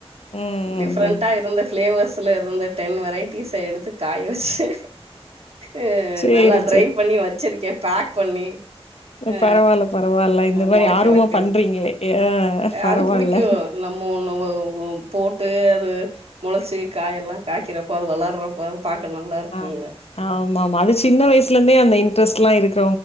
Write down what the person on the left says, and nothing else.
ம்
ம் ம்
சேரி
பரவாயில்ல பரவாயில் நல்லா இந்த மாரி
ஆர்வமா
பண்றீங்களே ஆ பரவாயில்ல
ஆ ஆமா மா அது சின்ன வயசுல இருந்தே அந்த இன் ட்ரஸ்ட்லா இருக்கு